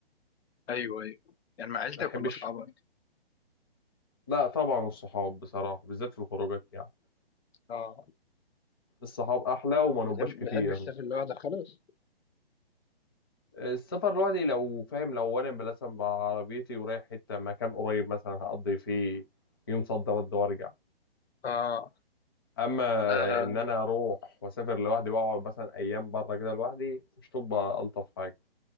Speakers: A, on the left (about 85°); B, on the left (about 25°).
A: ايوه ايوه يعني مع عيلتك
B: ما احبش
A: ولا اصحابك
B: لا طبعا الصحاب بصراحه بالذات في الخروجات يعني
A: اه
B: الصحاب احلى وما
A: بتحب
B: نبقاش كتير
A: بتحب تسافر لوحدك خالص
B: السفر لوحدي لو فاهم لو انا مثلا بعربيتي ورايح حته مكان قريب مثلا هقضي فيه يوم صد رد وارجع
A: اه
B: اما
A: لا لا.
B: ان انا اروح واسافر لوحدي واقعد مثلا ايام بره كده لوحدي مش تبقى الطف حاجه